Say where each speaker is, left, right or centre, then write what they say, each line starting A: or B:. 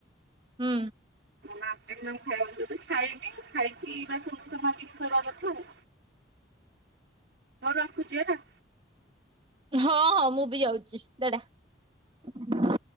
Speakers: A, on the right (about 25°); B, on the right (about 65°).
A: ହୁଁ।
B: <unintelligible> ଖାଇବି ଖାଇକୀ ବାସନ କୁସନ ମାଜିକି ଥୋଇବା କଥା ଆଉ। ହଉ ରଖୁଚି ହେଲା।
A: ହଁ ହଁ ମୁଁ ବି ଯାଉଚିସ୍ ଟାଟା।